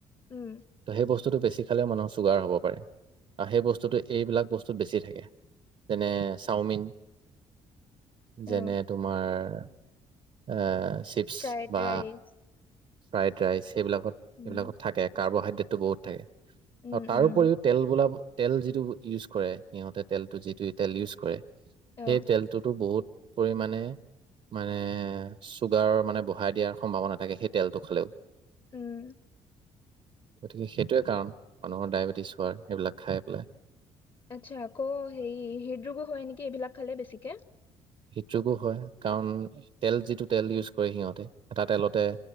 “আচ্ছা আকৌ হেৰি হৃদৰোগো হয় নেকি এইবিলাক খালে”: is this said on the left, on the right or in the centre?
Left